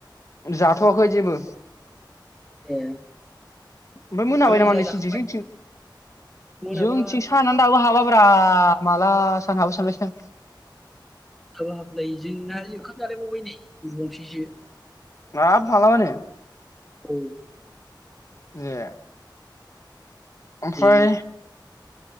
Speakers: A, on the left; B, in the centre.
A: जाथ'वाखै जेबो
B: ए
A: ओमफाय
B: नै
A: मोनाबाय नामा
B: जोंहा
A: नोंसिनथिं
B: जाखांबाय
A: जोंथिं
B: मोनाबाय
A: जोंथिं सानानो दाबो हाबाब्रा माला सान हाबो सानगासिनो आं।
B: दाबो हाबलाय जोंना ओंखाम जालायबावबाय नै उन्दुबावसैसो
A: माब मालाबानो?
B: औ
A: ए ओमफ्राय
B: ए